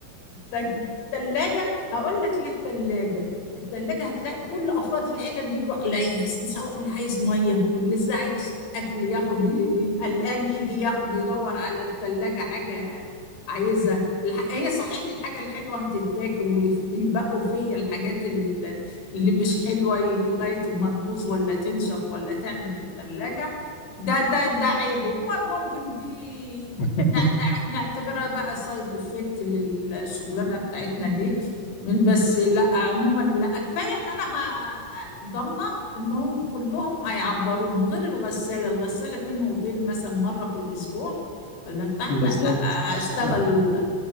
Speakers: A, on the left; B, on the left.
A: تج- تلاجة هقول لك ليه التلاجة التلاجة هتلاقي كل أفراد العيلة بيجوا عليا سواء اللي عايز مية واللي لسه عايز أكل ياخد ي- قلقان يجي ياخد يدور على التلاجة حاجة عايزها الح- هي صحيح الحاجة الحلوة هتتاكل ويبقوا فيا الحاجات ال- اللي مش حلوة ي- لغاية ما تبوظ ولا تنشف ولا تعمل في التلاجة ده ده ده عيبه مم- ممكن دي
B: <laughs>
A: نعتبرها بقى سايد افكت للشغلانه بتاعتنا دي بس لا عموما لا كفايه ان انا ه- ضامنه انهم كلهم هيعبروني غير الغساله الغساله فين وفين مثلا مره في الاسبوع ولا بتاع
B: بالظبط
A: لا لا هشتغل
B: <laughs> بالظبط <laughs>